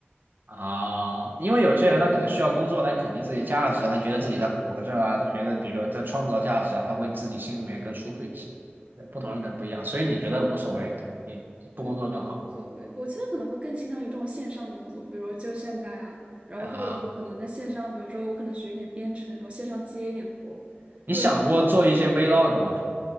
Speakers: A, on the right; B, on the right.
A: 啊，因为有些人他可能需要工作来肯定自己的价值，他觉得自己在活着啊，他觉得比如说在创造价值啊，他会自己心里面更舒服一些。对，不同人可能不一样，
B: 嗯，
A: 所以你觉得无所谓，对你不工作更好
B: 对，就无所谓。我其实可能会更倾向于这种线上工作，比如就现在啊，然后我者说可能在线上，
A: 啊？
B: 比如说我可能学一点编程，然后线上接一点活，或者
A: 你想过做一些 vlog 吗？